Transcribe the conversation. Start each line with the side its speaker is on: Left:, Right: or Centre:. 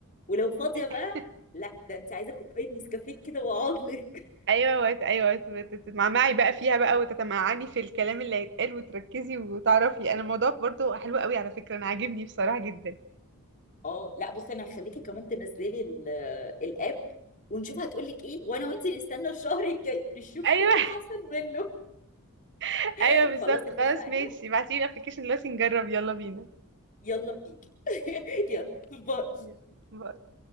Left: ولو فاضيه بقى
Right: <laughs>
Left: لا ده انت عايزه كوبايه نسكافيه كده واقعد لك
Right: ايوه وت... ايوه وت- وت- تتمعمعي بقى فيها بقى وتتمعني في الكلام اللي هيتقال وتركزي وتعرفي انا الموضوع برضو حلو قوي على فكره انا عاجبني بصراحه جدا
Left: اه لا بصي انا هخليكي كمان تنزلي ال- الاب ونشوف هتقول لك ايه وانا وانت نستنى الشهر الجاي نشوف
Right: ايوه
Left: ايه اللي حصل منه
Right: <laughs>
Left: <laughs>
Right: ايوه بالظبط
Left: خلاص اتفقنا
Right: خلاص ماشي ابعتيلي الابلكيشن دلوقتي نجرب يلا بينا
Left: يلا بيك <laughs> يلا باي
Right: يلا. باي